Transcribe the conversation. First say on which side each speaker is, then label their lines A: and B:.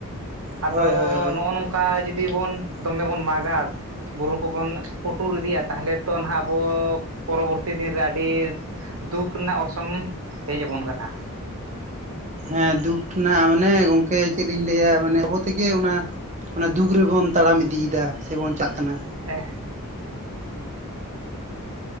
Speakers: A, on the right; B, on the right.
A: ᱟᱫᱚ
B: ᱦᱳᱭ ᱦᱳᱭ
A: ᱱᱚᱜᱼᱚ ᱱᱚᱝ ᱠᱟ ᱡᱩᱫᱤ ᱵᱚᱱ ᱫᱚᱢᱮ ᱵᱚᱱ ᱢᱟᱜᱟ, ᱵᱩᱨᱩ ᱠᱚᱵᱚᱱ ᱯᱩ ᱴᱩᱨ ᱤᱫᱤᱭᱟ ᱛᱟᱦᱚᱞᱮ ᱛᱚ ᱱᱟᱦᱟᱸᱜ ᱟᱵᱚ ᱯᱚᱨᱚᱵᱚᱨᱛᱤ ᱫᱤᱱᱨᱮ ᱟᱹᱰᱤ ᱫᱩᱠ ᱨᱮᱱᱟᱜ ᱚᱨᱥᱚᱝ ᱦᱮᱡ ᱟᱵᱚᱱ ᱠᱟᱱᱟ᱾
B: ᱦᱮᱸ ᱫᱩᱠ ᱨᱮᱱᱟᱜ ᱢᱟᱱᱮ ᱜᱚᱝᱠᱮ ᱪᱮᱫ ᱞᱤᱧ ᱞᱟᱹᱭᱟ ᱢᱟᱱᱮ ᱟᱵᱚ ᱛᱮᱜᱮ ᱚᱱᱟ ᱚᱱᱟ ᱫᱩᱠ ᱨᱮᱵᱚᱱ ᱛᱟᱲᱟᱢ ᱤᱫᱤᱭᱫᱟ ᱥᱮᱵᱚᱱ ᱪᱟᱜ ᱠᱟᱱᱟ᱾
A: ᱮᱸᱜ᱾